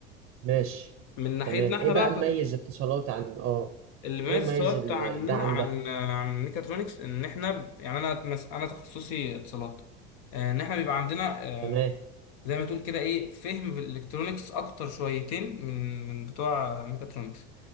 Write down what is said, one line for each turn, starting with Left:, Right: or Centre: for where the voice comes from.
Right: ماشي
Left: من ناحيتنا
Right: تمام
Left: احنا
Right: ايه بقى
Left: بقى
Right: مميز اتصالات عن اه
Left: اللي بيميز
Right: ايه مميز
Left: السواق
Right: ال-
Left: بتاع عننا
Right: ده عن
Left: عن
Right: ده
Left: عن ميكاترونكس ان احنا ب- يعني انا مس- انا تخصصي اتصالات آه، ان احنا بيبقى عندنا آه،
Right: تمام
Left: زي ما تقول كده ايه فهم بالالكترونكس اكتر شويتين من من بتوع ميكاترونكس